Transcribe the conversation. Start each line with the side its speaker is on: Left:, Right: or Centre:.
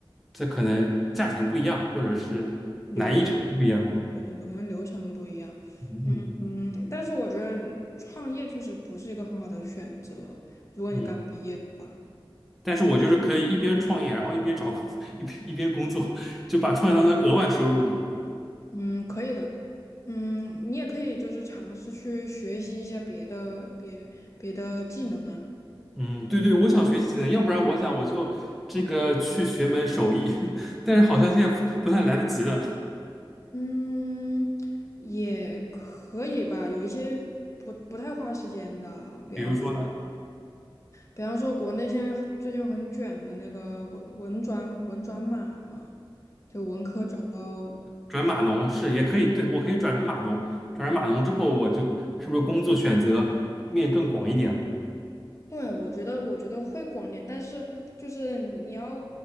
Centre: 这可能价钱不一样，或者是
Left: 流可能对对对，
Centre: 不一样。
Left: 可能流程不一样。
Centre: 嗯嗯
Left: 嗯，但是我觉得嗯创业确实不是一个很好的选择，如果你刚毕业的话，
Centre: 嗯。但是我就是可以一边创业，然后一边找工，<laughs> 一边一边工作，就把创业当成额外收入嘛。
Left: 嗯，可以的。嗯，你也可以就是尝试去学习一些别的别别的技能啊。
Centre: 嗯，对对，我想学习技能，要不然我想我就这个去学门手艺，<laughs> 但是好像现在不不太来得及了。
Left: 嗯，也可以吧，有一些不不太花时间的，比方
Centre: 比如说呢？
Left: 比方说国内现在很最近很卷的那个文文转文转码嘛，就文科转到，
Centre: 转码农是也可以，对，我可以转成码农，转成码农之后，我就是不是工作选择面更广一点了？
Left: 对，我觉得我觉得会广点，但是就是你要